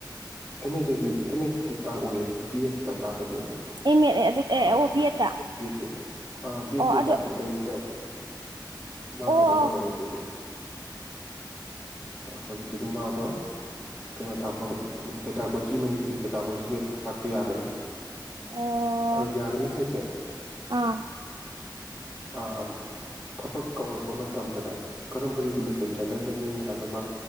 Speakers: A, on the left; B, on the right.
A: ꯑꯦꯝ ꯑꯦꯗꯗꯤ ꯑꯦꯝ ꯑꯦꯗꯗꯤ ꯇꯥꯛꯏ ꯕꯤ ꯑꯦꯗꯇ ꯇꯥꯛ <unintelligible>
B: ꯑꯦꯝ ꯑꯦꯗ ꯑꯗꯨ ꯑꯦ ꯑꯣ ꯕꯤ ꯑꯦꯗꯠꯇ
A: ꯑꯥ ꯕꯦꯠꯀꯤ
B: ꯑꯣ
A: ꯑꯣꯖꯥꯗꯨꯗꯩꯗꯨꯗ
B: ꯑꯗꯨ ꯑꯣ
A: ꯃꯥ
B: ꯑꯣ
A: ꯀꯩꯅꯣ ꯇꯧꯔꯅꯤ ꯑꯗꯨꯗꯤ ꯍꯧꯖꯤꯛꯀꯤꯗ ꯃꯥꯗꯣ ꯀꯩꯅꯣ ꯇꯥꯛꯄ ꯄꯦꯇꯥꯀꯣꯆꯤ ꯃꯅꯤꯄꯨꯔꯤ ꯄꯦꯇꯥꯀꯣꯆꯤꯒ ꯇꯥꯛꯄ ꯌꯥꯒꯅꯤ
B: ꯑꯣ
A: ꯑꯥ ꯌꯥꯒꯅꯤ ꯍꯥꯏꯁꯦ
B: ꯑꯥ
A: ꯑꯥ ꯊꯕꯛ ꯀꯧꯔꯛꯄ ꯃꯇꯝꯗꯅꯦ ꯀꯔꯝꯕ ꯔꯤꯒꯨꯂꯦꯁꯟ ꯆꯠꯅꯒꯅꯤ ꯍꯥꯏꯕ ꯑꯃ